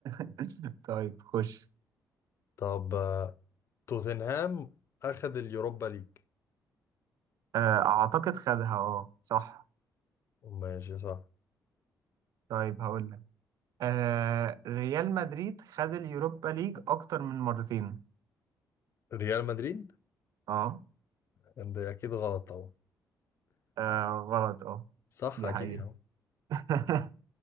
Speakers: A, on the right; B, on the left.
A: <laughs> طيب خش
B: طب آه، توتنهام اخد اليوروبا ليج
A: آه أعتقد خدها اه صح
B: ماشي صح
A: طيب هقول لك آه ريال مدريد خد اليوروبا ليج أكتر من مرتين
B: ريال مدريد
A: اه
B: ده اكيد غلط طبعا
A: آه، غلط اه
B: <laughs> صح
A: دي
B: اكيد
A: حقيقة
B: يا عم
A: <laughs>